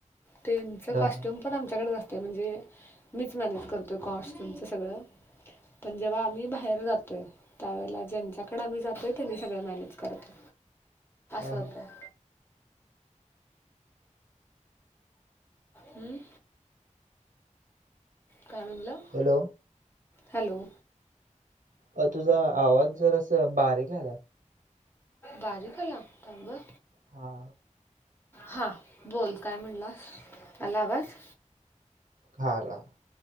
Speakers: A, on the left; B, on the right.
A: त्यांच कॉस्ट्युम
B: हा हा
A: पण आमच्याकडेच असते म्हणजे मीच मॅनेज करतो कॉस्ट्युमच सगळं. पण जेव्हा आम्ही बाहेर जातोय त्यावेळेला ज्यांच्याकडे आम्ही जातोय त्यांनी सगळं मॅनेज करतात.
B: हा
A: हो
B: हा
A: का? हम्म. काय म्हणला?
B: हॅलो.
A: हॅलो.
B: ताई तुझा आवाज जरासं बारीक आला.
A: बारीक आला थांब हं.
B: हा.
A: हा बोल काय म्हणलास, आला आवाज?
B: हा आला.